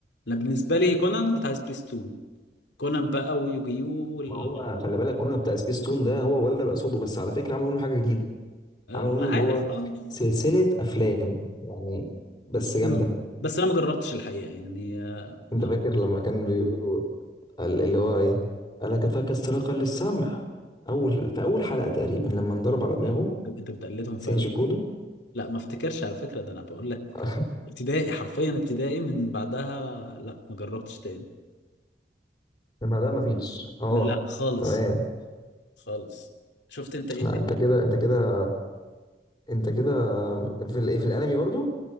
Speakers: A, on the left; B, on the left.
A: انا بالنسبه لي كونان بتاع سبيس تون كونان بقى ويوجيو وال...
B: ما هو خلي بالك كونان بتاع سبيس تون ده هو ولا بقى صوته بس على فكره عملوا منه حاجه جديده
A: آه،
B: عملوا
A: ما
B: منه
A: انا
B: اللي
A: عارف
B: هو
A: اه
B: سلسله افلام يعني بس
A: م-
B: جامده
A: بس انا ما جربتش الحقيقه يعني آه، لا
B: انت فاكر لما كان بيقولوا له ال- اللي هو ايه الا كفاك استراقا للسمع اول في اول حلقه تقريبا لما انضرب على دماغه
A: لا انت بتقلدهم
B: سينجي
A: فعلا
B: كودو
A: لا ما افتكرش على فكره ده انا بقول لك
B: <laughs>
A: ابتدائي حرفيا ابتدائي من بعدها لا ما جربتش تاني
B: لما ده مفيش اه
A: لا خالص
B: تمام
A: خالص شفت انت ايه
B: لا انت كده انت كده انت كده في الايه في الانمي برضو